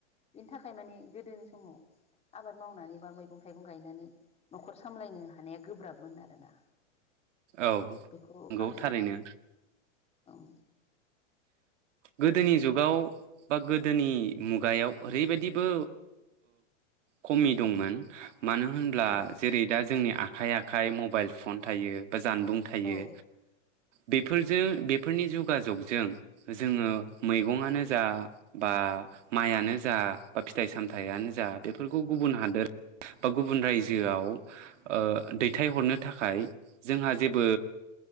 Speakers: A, on the left; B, on the right.
A: बेनि थाखाय मानिे गोदोनि समाव आबाद मावनानै बा मैगं थाइगं गायनानै न'खर सामलायनो हानाया गोब्राबमोन आरोना
B: औ
A: बेखौ
B: नंगौ
A: आं
B: थारैनो।
A: ओं
B: गोदोनि जुगाव बा गोदोनि मुगायाव ओरैबायदिबो खमि दंमोन मानो होनब्ला
A: औ
B: जेरै दा जोंनि आखाइ आखाइ मबाइल फन थायो बा जानबुं थायो।
A: औ
B: बेफोरजों बेफोरनि जगाजगजों जोङो मैगंआनो जा बा माइयानो जा बा फिथाइ सामथायाइयानो जा बेफोरखौ गुबुन हादोर बा गुबुन रायजोआव ओ दैथायहरनो थाखाय जोंहा जेबो